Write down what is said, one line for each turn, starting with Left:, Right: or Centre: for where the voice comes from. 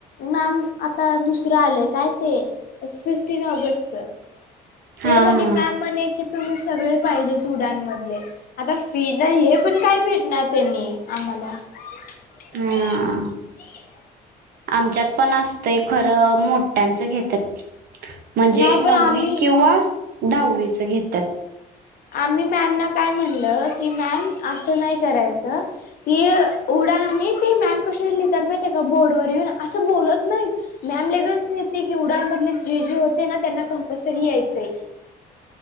Left: मॅम आता दुसरं आलंय काय ते फिफ्टीन ऑगस्ट त्यासाठी
Right: हा हा
Left: मॅम म्हणे की तुम्ही सगळे पाहिजे ुडांमधले आता फी नाही हे पण काय भेटणार त्यांनी आम्हाला <unintelligible>
Right: हा. आमच्यात पण असत खरं मोठ्यांचं घेतात म्हणजे
Left: नाही
Right: नववी
Left: पण आम्ही
Right: किंवा दहावीच घेतात
Left: आम्ही मॅमना काय म्हणलं की मॅम असं नाही करायचं त उडाणार आणि ते मॅम कशी लिहितात नाही त्या बोर्डवरर येऊन असं बोलत नाही मॅम ललेगतच येते की उडांमधले जे जे होते ना त्यांना कंपल्सरी यायचंय